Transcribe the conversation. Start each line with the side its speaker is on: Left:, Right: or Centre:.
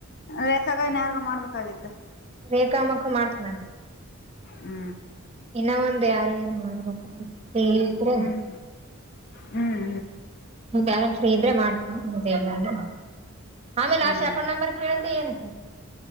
Left: ರೇಖಾಗೋ ಇನ್ಯಾರಿಗೋ ಮಾಡ್ಬೇಕಾಗಿತ್ತು.
Right: ರೇಖಾಮಕ್ಕ ಮಾಡ್ತನ.
Left: ಹು
Right: ಇನ್ನ ಒಂದು ಯಾರಗೇನ ಮಾಡ್ಬೇಕ ಇದ್ರ
Left: ಹ್ಮ್ ಹ್ಮ್
Right: ಬ್ಯಾಲೆನ್ಸ್ ಫ್ರಿ ಇದ್ರ ಮಾಡು ಮತ್ತೆ ಇಲ್ಲಾ ಅಂದ್ರ ಇಲ್ಲಾ. ಆಮೇಲೆ
Left: ಹ್ಮ್ ಹ್ಮ್
Right: ಲಾಷ್ಟ ಅಕೌಂಟ್ ನಂಬರ್ ಕೇಳತ್ತಿ ಏನ.